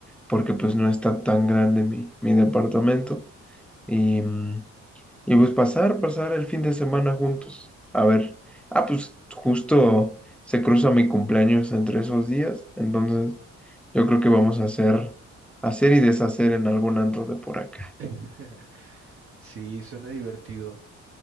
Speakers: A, in the centre; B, on the right.
A: porque pues no está tan grande mi, mi departamento. Y, mm, y pues pasar, pasar el fin de semana juntos. A ver, ah, pues justo se cruza mi cumpleaños entre esos días, entonces yo creo que vamos a hacer, hacer y deshacer en algún antro de por acá.
B: <laughs> Sí, suena divertido.